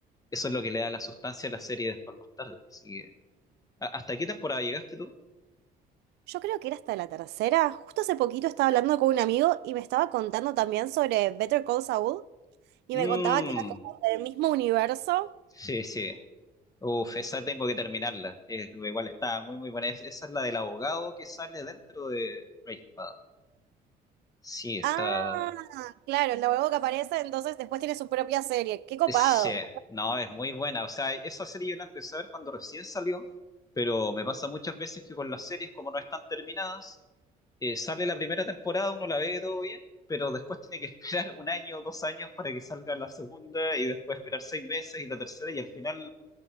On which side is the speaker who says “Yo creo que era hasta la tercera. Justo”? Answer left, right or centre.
Right